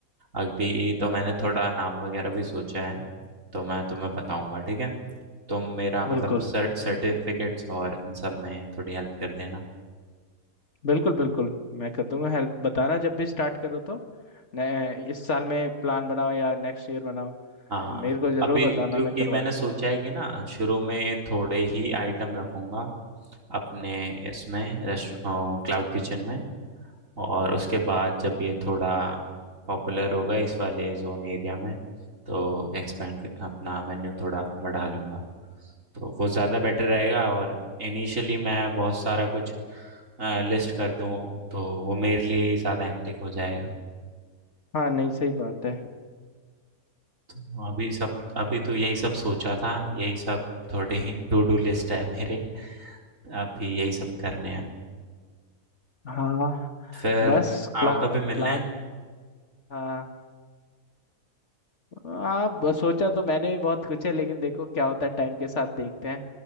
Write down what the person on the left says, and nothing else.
बिल्कुल
बिल्कुल बिल्कुल मैं कर दूंगा हेल्प बताना जब भी स्टार्ट करो तो न- इस साल में प्लान बनाओ या नेक्स्ट ईयर बनाओ तो
मेरे को जरूर
बताना
मैं करवा
दूँ
हाँ नहीं सही बात है
हाँ
बस Plan
plan हाँ हाँ बस सोचा तो मैंने भी बहुत कुछ है लेकिन देखो क्या होता है टाइम के साथ देखते हैं